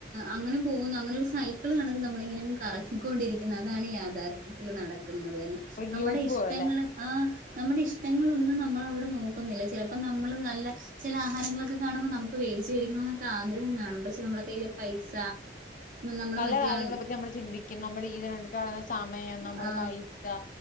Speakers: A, on the right (about 45°); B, on the left (about 45°).
A: അങ്ങനെ പോകുന്നു അങ്ങനെ ഒരു സൈക്കിൾ കണക്ക് നമ്മളിങ്ങനെ കറക്കിക്കൊണ്ടിരിക്കുന്ന അതാണ് യാഥാർ വീട്ടിൽ നടക്കുന്നത് തന്നെ
B: ഒരു
A: നമ്മുടെ
B: ലൂപ്പ്
A: ഇഷ്ടങ്ങള്
B: പോലെ
A: ആ നമ്മുടെ ഇഷ്ടങ്ങളൊന്നും നമ്മൾ അവിടെ നോക്കുന്നില്ല ചിലപ്പോ നമ്മൾ നല്ല ചില ആഹാരങ്ങളൊക്കെ കാണുമ്പോൾ നമുക്ക് വേടിച്ചു കഴിക്കണം എന്നൊക്കെ ആഗ്രഹം കാണും പക്ഷെ നമ്മള കയ്യിൽ പൈസ നമ്മള്
B: പല
A: മറ്റേ
B: കാര്യങ്ങളെ പറ്റി നമ്മൾ ചിന്തിക്കും നമ്മൾ ഈതിനണ്ട സമയം നമ്മളുടെ
A: ആ
B: പൈസ